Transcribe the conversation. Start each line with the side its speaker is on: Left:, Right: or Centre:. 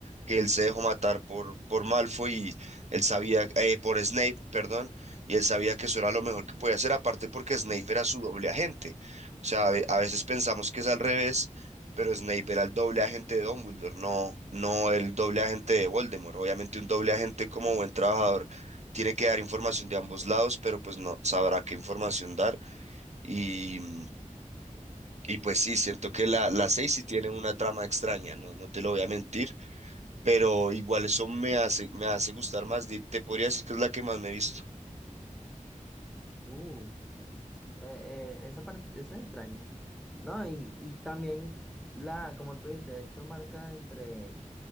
Right: que él se dejó matar por, por Malfoy y él sabía, eh, por Snape, perdón, y él sabía que eso era lo mejor que podía hacer, aparte porque Snape era su doble agente. O sea, a ve- a veces pensamos que es al revés, pero Snape era el doble agente de Dumbledore, no, no el doble agente de Voldemort. Obviamente un doble agente como buen trabajador tiene que dar información de ambos lados, pero pues no sabrá qué información dar. Y, mm, y pues sí, siento que la, la 6 sí tiene una trama extraña, no, no te lo voy a mentir, pero igual eso me hace, me hace gustar más. di- Te podría decir que es la que más me he visto.
Centre: Uh. Eh, eh, esa parte, esa es extraña. No, y, y también la, como tú dijiste, esto marca entre,